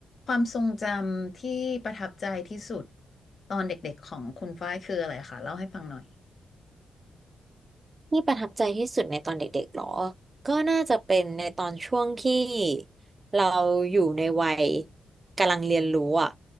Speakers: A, on the left; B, on the right.
A: ความทรงจำที่ประทับใจที่สุดตอนเด็กๆของคุณฝ้ายคืออะไรคะเล่าให้ฟังหน่อย
B: ที่ประทับใจที่สุดในตอนเด็กๆหรอก็น่าจะเป็นในตอนช่วงที่เราอยู่ในวัยกำลังเรียนรู้อ่ะ